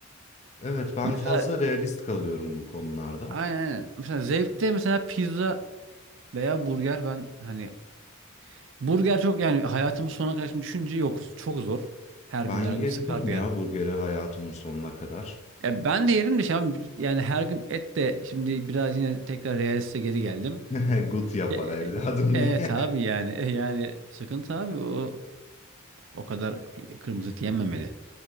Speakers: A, on the left (about 30°); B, on the right (about 60°).
A: Evet ben
B: Mesela
A: fazla realist kalıyorum bu konularda.
B: aynen aynen. Mesela zevkte mesela pizza veya burger ben hani Burger çok yani hayatımın sonuna kadar şimdi düşünce yok. Çok zor. Her gün
A: Ben yiyebilirim
B: her gün sıkar bir
A: ya
B: yer.
A: burgeri hayatımın sonuna kadar.
B: Ya ben de yerim de şimdi yani her gün et de şimdi biraz yine tekrar realiste geri geldim.
A: <laughs> Gut yapar
B: E, e-
A: evladım
B: evet
A: <laughs> diye.
B: abi yani E, yani sıkıntı abi o o kadar kırmızı et yenmemeli.